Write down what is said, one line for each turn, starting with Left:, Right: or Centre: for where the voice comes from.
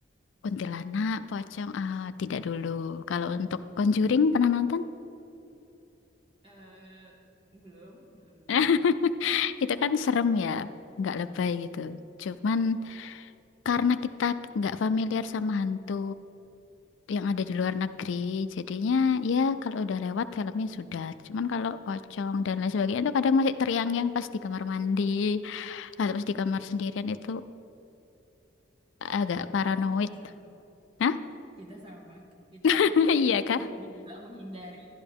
Left: Kuntilanak, pocong, ah, tidak dulu. Kalau untuk Conjuring pernah nonton?
Right: Eh, belum, belum
Left: <laughs>
Right: pernah.
Left: Itu kan serem ya, nggak lebay gitu. Cuman karena kita nggak familiar sama hantu yang ada di luar negeri, jadinya ya kalau udah lewat filmnya sudah. Cuman kalau pocong dan lain sebagainya itu kadang masih teriang-yang pas di kamar mandi atau pas di kamar sendirian itu agak paranoid.
Right: Kita kita sama,
Left: Hah?
Right: kita sama. Kita
Left: <laughs>
Right: kok
Left: Iya kah?
Right: tapi juga menghindari